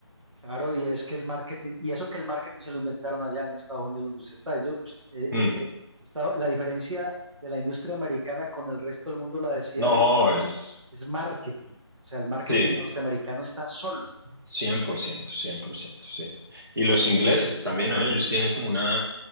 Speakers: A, on the right; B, on the right.
A: Claro, y es que el marketing, y eso que el marketing se lo inventaron allá en Estados Unidos donde usted está. Ellos, us- eh,
B: Mm.
A: eh, eh, está- la diferencia de la industria americana con el resto del mundo la decía
B: No,
A: alguien por
B: es,
A: ahí, es marketing. O sea, el marketing
B: sí, cien
A: norteamericano está solo.
B: cien por ciento, cien por ciento, sí. Y los ingleses también, ¿no? Ellos tienen como una